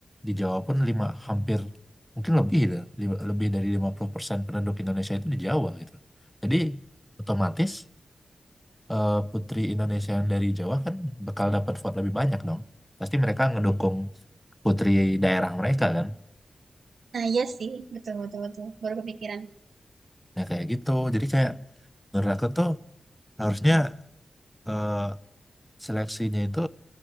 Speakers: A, in the centre; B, on the right (about 80°).
A: di Jawa pun lima hampir mungkin lebih lah, li- lebih dari 50% penduduk Indonesia itu di Jawa gitu. Jadi otomatis eh, putri Indonesia yang dari Jawa kan bakal dapat vote lebih banyak dong. Pasti mereka ngedukung putri daerah mereka kan.
B: Nah, iya sih. Betul, betul, betul. Baru kepikiran.
A: Nah kayak gitu. Jadi kayak menurut aku tuh harusnya eh, seleksinya itu